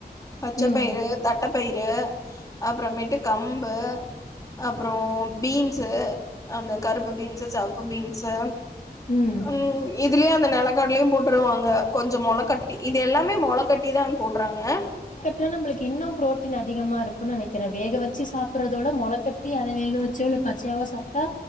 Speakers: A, on the left (about 20°); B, on the left (about 50°).
A: பச்சப்பயிறு
B: ம்
A: தட்டப்பயிறு அப்றமேட்டு கம்பு அப்றோ பீன்ஸு அந்த கருப்பு பீன்ஸு செவப்பு பீன் ஸு
B: ம்
A: உம் இதுலயு அந்த நெலக்கடலயு போட்டுருவாங்க கொஞ்சொ மொளக்கட்டி இது எல்லாமே மொளக்கட் டிதான் போட்றாங்க
B: தா நம்ளுக்கு இன்னு புரோட்டீன் அதிகமா இருக்கு நெனைக்கிறே வேக வச்சி சாப்புறதோட மொளக்கட் டி அத வேக வச்சோ இல்ல பச்சயாவோ சாப்டா